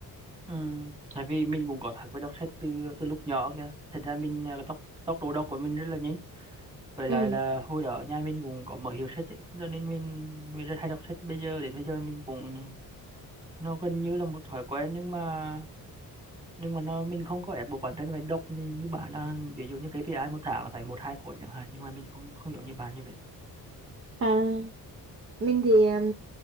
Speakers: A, on the right; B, on the right.
A: ừ tại vì mình cũng có thói quen đọc sách từ từ lúc nhỏ kìa thành ra mình ờ, tốc tốc độ đọc của mình rất là nhanh với lại
B: ừ
A: là hồi đó nhà mình cũng có mở hiệu sách ấy, cho nên mình mình rất hay đọc sách bây giờ đến bây giờ mình cũng nó gần như là một thói quen nhưng mà nhưng mà nó mình không có ép buộc bản thân phải đọc như bạn là ví dụ như KPI một tháng là phải một hai cuốn chẳng hạn nhưng mà mình không không giống như bạn như vậy
B: à mình thì um,